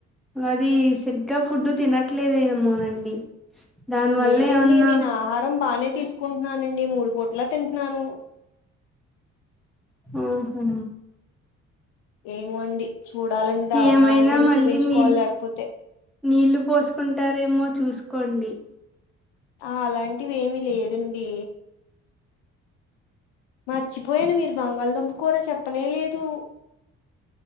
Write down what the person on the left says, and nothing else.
లేదండి
నేను ఆహారం బానే తీసుకుంటున్నానండి మూడు పూట్లా తింటన్నాను
ఏమో అండి చూడాలండి దవకానా
కెళ్ళి
చూపించుకోవాలి
లేకపోతే
ఆ అలాంటివి ఏమి లేదండి మర్చిపోయాను మీరు బంగాళదుంప కూర చెప్పనే లేదు